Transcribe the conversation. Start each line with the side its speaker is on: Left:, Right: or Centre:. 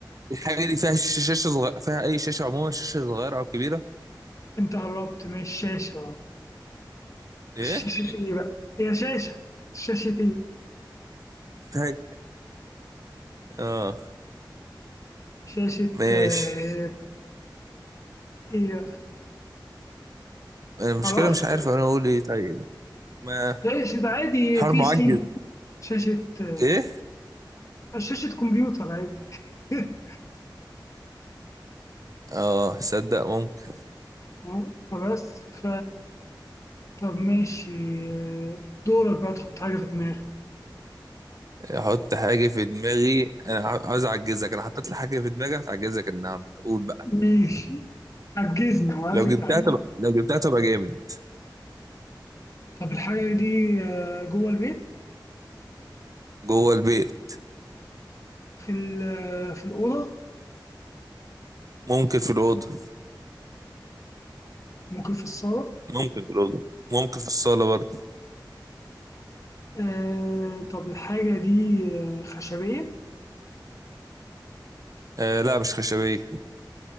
Right: الحاجه دي فيها ش- شاشه صغيره فيها اي شاشه عموما شاشه صغيره او كبيره
Left: انت قربت من الشاشة اه
Right: ايه
Left: بس شاشة ايه بقى؟ هي شاشة شاشة ايه؟
Right: فيها اه
Left: شاشة
Right: ماشي
Left: آه. ايه بقى؟
Right: المشكلة
Left: معرفش
Right: مش عارف انا اقول ايه طيب ما
Left: شاشة عادي
Right: حوار
Left: بي
Right: معجز
Left: سي شاشة آه.
Right: ايه
Left: شاشة كمبيوتر عادي <laughs>
Right: اه صدق ممكن
Left: اه فبس ف طب ماشي آه، دورك بقى تحط حاجة في دماغك
Right: احط حاجة في دماغي انا ع- عاوز اعجزك انا حطيت لي حاجة في دماغي هتعجزك النهاردة قول بقى
Left: ماشي عجزني وعايزك
Right: لو جبتها
Left: تعجزني
Right: تبقى لو جبتها تبقى جامد
Left: طب الحاجة دي آه، جوه البيت
Right: جوه البيت
Left: في ال- آه، في الأوضة
Right: ممكن في الأوضة
Left: ممكن في الصالة
Right: ممكن في الأوضة ممكن في الصالة برضه
Left: آه، طب الحاجة دي آه، خشبية
Right: آه لا مش خشبية